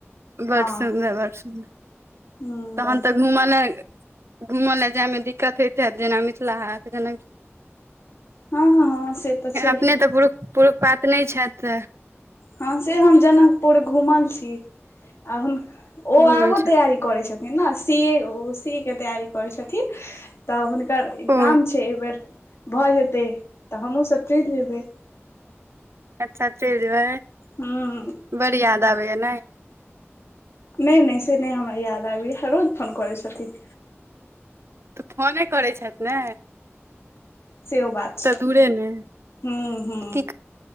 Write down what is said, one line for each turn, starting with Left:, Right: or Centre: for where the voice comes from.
Right: बड़
Left: हँ
Right: सुन्दर बड़ सुन्दर।
Left: हँ
Right: तहन त घूम में घूम में जैमे दिक्कत होइत हैत जेना मिथिला हाट जनक,
Left: हँ हँ से तऽ छैहे
Right: अपने त पुरु पुरुख पात नई छैथ।
Left: हँ से हम जनकपुर घुमल छी आ हुन -ओ
Right: घुमल
Left: आगो
Right: छै
Left: तैयारी, करै छथिन न सी ए वो सी ए के तैयारी करै छथिन त हुंन, कर एग्जाम
Right: ओ
Left: छै ए बेेर भ जेतै त हमहुँ सब चैल जेबै।
Right: अच्छा चएल जेबै।
Left: हम्म।
Right: बड़ याद आबैया नैय।
Left: नैय नैय से नै हमरा याद आबैये रोज फोन कोरै छथिन।
Right: तऽ फोने करैय छैत नै।
Left: सेहो बात छै
Right: दूरे ने
Left: हं हं
Right: की